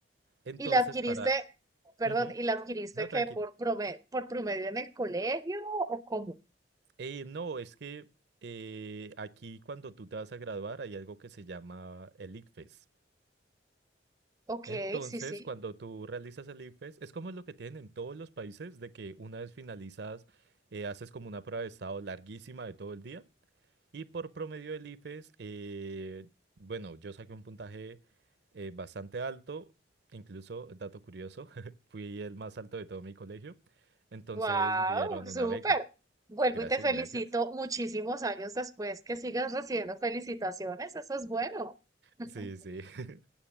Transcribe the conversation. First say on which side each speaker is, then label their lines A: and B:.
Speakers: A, on the right; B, on the right.
A: Entonces,
B: ¿Y la adquiriste,
A: para...
B: perdón,
A: Ujú.
B: y la adquiriste
A: No,
B: que
A: tranqui.
B: por promedio, por promedio en el colegio o cómo?
A: Eh, no, es que eh, aquí cuando tú te vas a graduar hay algo que se llama el ICFES.
B: Ok,
A: Entonces,
B: sí, sí.
A: cuando tú realizas el ICFES, es como lo que tienen en todos los países, de que una vez finalizas, eh, haces como una prueba de estado larguísima de todo el día. Y por promedio del IFES, eh, bueno, yo saqué un puntaje eh, bastante alto, incluso, dato curioso, <laughs> fui el más alto de todo mi colegio, entonces
B: Wow,
A: me dieron
B: súper.
A: una beca.
B: Vuelvo
A: Gracias,
B: y te felicito
A: gracias.
B: muchísimos años después que sigas recibiendo felicitaciones. Eso es bueno. <laughs>
A: Sí, sí. <laughs>